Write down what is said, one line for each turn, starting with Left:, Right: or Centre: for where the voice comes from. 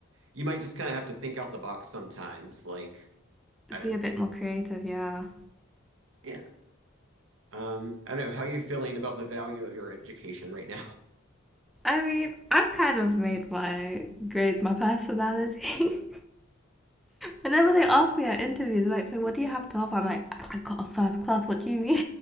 Right: you might just kind of have to think out the box sometimes. Like, uh,
Centre: be a bit more creative. Yeah.
Right: yeah, um, I don't know how are you feeling about the value of your education right now. <laughs>
Centre: I mean, I've kind of made my grades my personality. <laughs> Whenever they ask me at interviews, like, so what do you have to offer? I'm like, I got a first class. What do you mean?